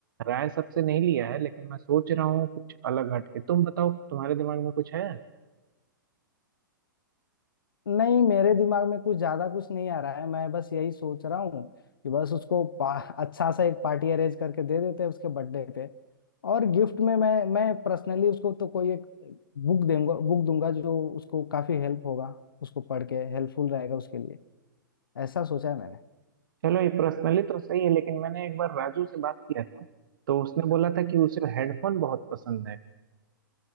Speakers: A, on the right (about 70°); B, on the left (about 85°).
A: राय सबसे नहीं लिया है लेकिन मैं सोच रहा हूँ कुछ अलग हटके तुम बताओ तुम्हारे दिमाग में कुछ है
B: नहीं मेरे दिमाग में कुछ ज्यादा कुछ नहीं आ रहा है मैं बस यही सोच रहा हूँ कि बस उसको पा, अच्छा सा एक पार्टी अरेंज करके दे देते हैं उसके बर्थडे पे और गिफ्ट में मैं मैं पर्सनली उसको तो कोई एक बुक देंगे बुक दूंगा जो उसको काफी हेल्प होगा उसको पढ़ के हेल्पफुल रहेगा उसके लिए ऐसा सोचा है मैंने
A: चलो ये पर्सनली तो सही है लेकिन मैंने एक बार राजू से बात किया था तो उसने बोला था कि उसे हेडफोन बहुत पसंद है